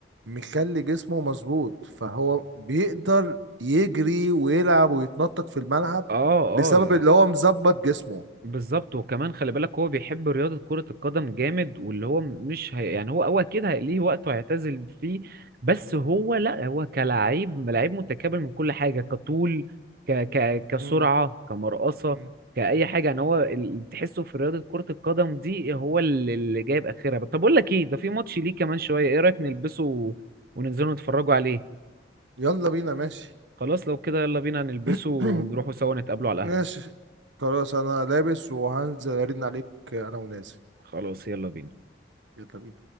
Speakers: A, on the right; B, on the right.
A: مخلي جسمه مظبوط فهو بيقدر يجري ويلعب ويتنطط في الملعب
B: اه
A: بسبب
B: اه
A: اللي هو مظبط جسمه
B: بالظبط وكمان خلي بالك هو بيحب رياضة كرة القدم جامد واللي هو مش هي يعني هو هو أكيد هي- ليه وقت هيعتزل فيه بس هو لا هو كلاعب لعيب متكامل من كل حاجة كطول ك ك كسرعة
A: مم.
B: كمرقصة
A: مم.
B: كأي حاجة يعني هو ال- تحسه في رياضة كرة القدم دي هو اللي اللي جايب آخرها طب أقول لك إيه ده في ماتش ليه كمان شوية إيه رأيك نلبسه و- وننزلوا نتفرجوا عليه
A: يلا بينا ماشي
B: خلاص لو كده يلا بينا نلبسه
A: <clears throat>
B: ونروحوا سوا نتقابلوا على القهوة
A: ماشي خلاص انا لابس وهنزل ارن عليك انا ونازل
B: خلاص يلا بينا
A: يلا بينا